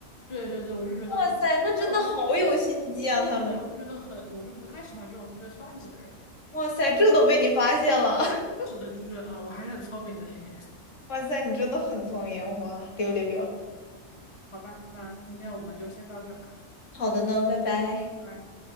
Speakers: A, on the left; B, on the left.
A: 对对对，我就觉得就是，
B: 哇塞，那真的好有心机啊，
A: 那我觉得就是，对啊对啊，
B: 他们。
A: 我就觉得很，我就不太喜欢这种特别算计的人。
B: 哇塞，这都被你发现了。<laughs>
A: 是的，就是，啊，呃我还是很聪明的，嘿嘿。
B: 哇塞，你真的很聪明，哇，六六六。
A: 好吧，那今天我们就先到这吧，
B: 好的呢，拜拜。
A: 拜拜。